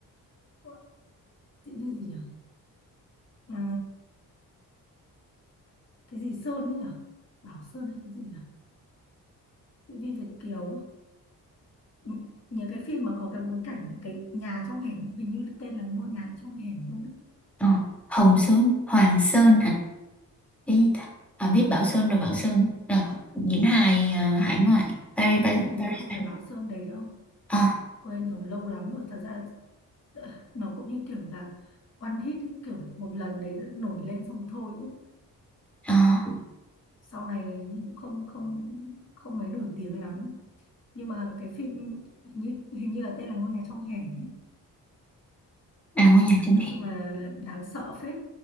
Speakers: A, on the left; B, in the centre.
A: Ủa, diễn viên gì nhở à, cái gì Sơn ấy nhở Bảo Sơn hay cái gì nhở diễn viên Việt kiều ấy Nh- nhớ cái phim mà có cái bối cảnh cái nhà trong hẻm hình như tên là ngôi nhà trong hẻm luôn ấy
B: Ờ, Hồng Sơn, Hoàng Sơn hả? Cái gì ta? À biết Bảo Sơn rồi Bảo Sơn rồi diễn hài à, hải ngoại Paris Paris
A: hình
B: Paris.
A: như không phải Bảo Sơn đấy đâu
B: ờ,
A: quên rồi lâu lắm rồi thật ra Dạ, nó cũng như kiểu là one hit ấy, kiểu một lần đấy nổi lên xong thôi ấy.
B: à,
A: Sau này cũng không không không mấy nổi tiếng lắm nhưng mà cái phim hình như hình như là tên là ngôi nhà trong hẻm ấy.
B: à ngôi nhà trên
A: Nói
B: hè.
A: chung là, đáng sợ phết